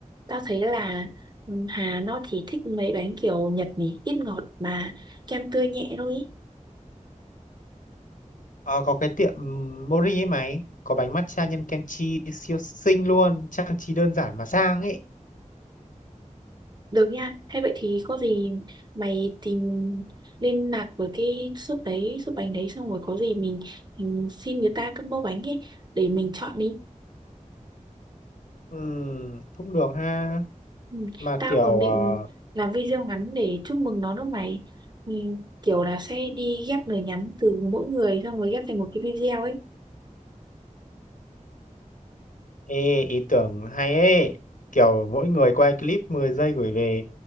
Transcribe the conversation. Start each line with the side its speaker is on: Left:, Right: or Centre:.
Right: Tao thấy là ừ, Hà nó thì thích mấy bánh kiểu Nhật nhỉ, ít ngọt mà kem tươi nhẹ thôi ý.
Left: Ờ, có cái tiệm ừm, Mori ấy mày, có bánh matcha nhân kem chi siêu xinh luôn, trang trí đơn giản mà sang ấy.
Right: Được nha, thế vậy thì có gì mày tìm liên lạc với cái shop đấy, shop bánh đấy xong rồi có gì mình, mình xin người ta combo bánh ấy để mình chọn đi.
Left: Ừ, cũng được ha
Right: Ừ.
Left: mà
Right: Tao
Left: kiểu
Right: còn định
Left: ờ,
Right: làm video ngắn để chúc mừng nó đó mày. Ừ, kiểu là sẽ đi ghép lời nhắn từ mỗi người xong rồi ghép thành một cái video ấy.
Left: Ê, ý tưởng hay ấy kiểu mỗi người quay clip 10 giây gửi về